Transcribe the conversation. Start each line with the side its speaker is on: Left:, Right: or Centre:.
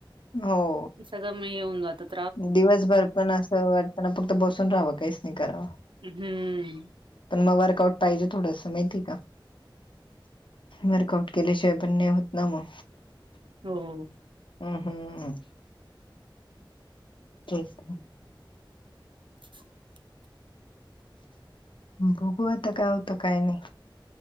Left: हो.
Right: सगळं म हे हुन जातं त्
Left: दिवसभर पण असं वाटतंना फक्त बसून राहावं कईच नई करावं.
Right: हम्म
Left: पण म वर्कआउट पायजे थोडंस मायती का. वर्कआंउट केल्यांशिवाय पण नई होत ना म.
Right: हो.
Left: अं हं तेच ना.
Right: <inaudible>
Left: बघूं आता काय होतं काय नई.